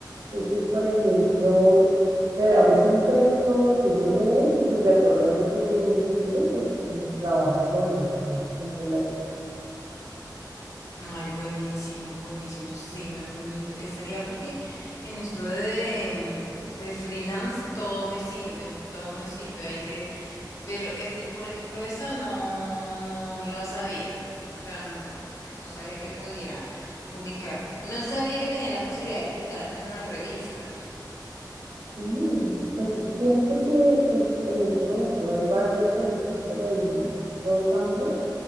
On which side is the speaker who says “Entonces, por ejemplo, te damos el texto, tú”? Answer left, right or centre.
Right